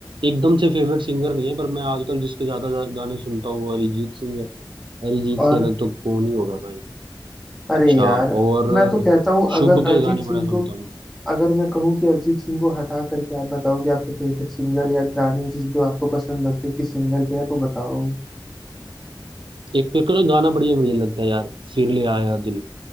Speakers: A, on the right; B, in the centre.
A: एकदम से फेवरेट सिंगर नहीं है पर मैं आजकल जिसके ज्यादा गा- गाने सुनता हूँ वो अरिजीत सिंह है अरिजीत
B: और
A: से अलग तो कौन ही होगा भाई
B: अरे
A: अच्छा
B: यार
A: और
B: मैं तो कहता हूँ अगर
A: शुभ के
B: अरिजीत
A: गाने
B: सिंह
A: बड़ा सुनता
B: को
A: हूँ
B: अगर मैं कहूँ कि अरिजीत सिंह को हटा करके आप बताओ कि आपके फेवरेट सिंगर या गाने जिस जो आपको पसंद लगते हैं किस सिंगर के हैं तो बताओ
A: एक पे तो ना गाना बढ़िया बढ़िया लगता है यार फिर ले आया दिल